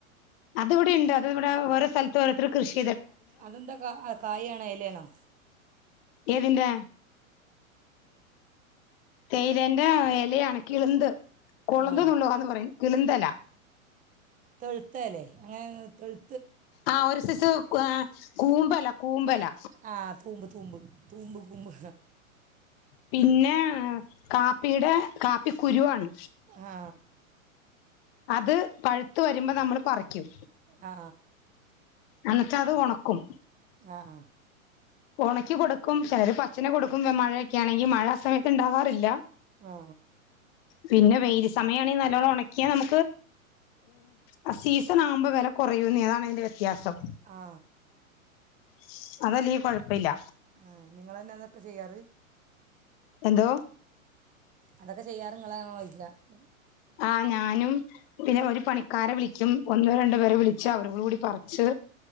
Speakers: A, on the left; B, on the right.
A: അതിവിടെണ്ട് അത് അ ഓര സഥലത്തോരോർത്ര കൃഷ്
B: അതെന്താ ക അ കായേണോ എലേണോ
A: ഏതിന്റെ തേയിലേന്റെ ആ എലയാണ് കിള്ന്ത് കൊളുന്ത്
B: ആ
A: ന്നുള്ളുവാന്ന് പറയും കിള്ന്തെല
B: തൊഴുത്തെലെ അങ്ങനെ ഉം തൊഴ്
A: ആ ഒരു <unintelligible> കൂമ്പെല കൂമ്പെല
B: ആ തൂമ്പ് തൂമ്പ് തൂമ്പ് കൂമ്പ്
A: പിന്നെ ഏഹ് കാപ്പിടെ കാപ്പിക്കുരുവാണ്
B: ആ
A: അത് പഴുത്ത് വരുമ്പൊ നമ്മള് പറിക്കും
B: ആ
A: എന്നിട്ടത് ഒണക്കും
B: ആ ആ
A: <unintelligible> <unintelligible> ക്കി കൊടുക്കും ചെലര് പച്ചിന് കൊടുക്കും മഴയൊക്കെയാണെങ്കി മഴ ആ സമയത്ത് ഉൺണ്ടാവാറില്ല
B: ആ
A: പിന്നെ വെയ്ല് സമയാണെയ് നല്ലോണം ഉണാക്കിയാൽ ആ സീസണാവുമ്പോ വില കൊറയൂന്ന് അതാണ് അയ്ൻ്റെ വെ - വ്യത്യാസം
B: ആ
A: <unintelligible> കുഴപ്പമില്ല
B: ആ നിങ്ങളെന്നെ അതൊക്കെ ചെയ്യാറ്
A: എന്തോ
B: അതൊക്കെ ചെയ്യാറ്ങ്ങളാണോയ്ക്ക <inaudible>
A: ആ ഞാനും പിന്നെ ഒരു പണിക്കാരെ വിളിക്കും- ഒന്ന് രണ്ട് പേരെ വിളിച്ച അവരോടു കൂടി പറിച്ച്